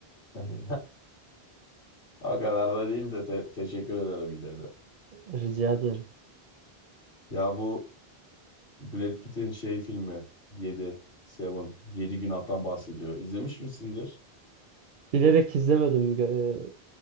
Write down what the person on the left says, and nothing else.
<laughs> o kadar da değil de te- teşekkür ederim yine de.
Ya bu Brad Pitt'in şey filmi 7, Seven, 7 günahtan bahsediyor. İzlemiş misindir?